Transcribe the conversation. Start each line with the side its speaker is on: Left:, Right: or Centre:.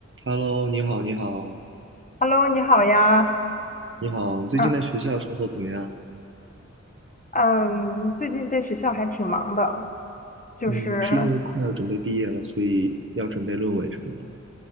Right: Hello，你好，你好，
Left: Hello，你好呀。
Right: 你好，最近在学校生活怎么样？
Left: 嗯嗯，最近在学校还挺忙的，就是
Right: 嗯，是因为快要准备毕业了，所以要准备论文什么的。